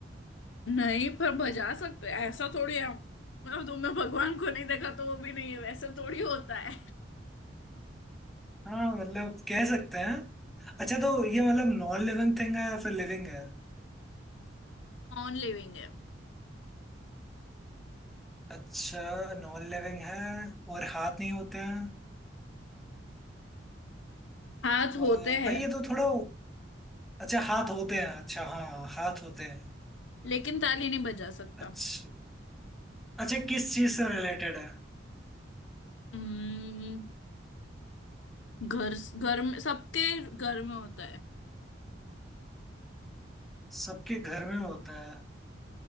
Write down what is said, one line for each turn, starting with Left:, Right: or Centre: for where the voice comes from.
Left: नहीं पर बजा सकते ऐसा थोड़ी है मतलब तुमने भगवान को नहीं देखा तो वो भी नहीं है वैसा थोड़ी होता है
Centre: हाँ मतलब कह सकते हैं अच्छा तो ये मतलब नॉन लिविंग थिंग है या फिर लिविंग है
Left: नॉन लिविंग है
Centre: अच्छा नॉन लिविंग है और हाथ नहीं होते हैं
Left: हाथ
Centre: अ,
Left: होते हैं
Centre: भाई ये तो थोड़ा अच्छा हाथ होते हैं अच्छा हाँ हाथ होते हैं
Left: लेकिन ताली नहीं बजा सकता
Centre: अच्छा अच्छा किस चीज से रिलेटेड है
Left: हम्म घर घर में सबके घर में होता है
Centre: सबके घर में होता है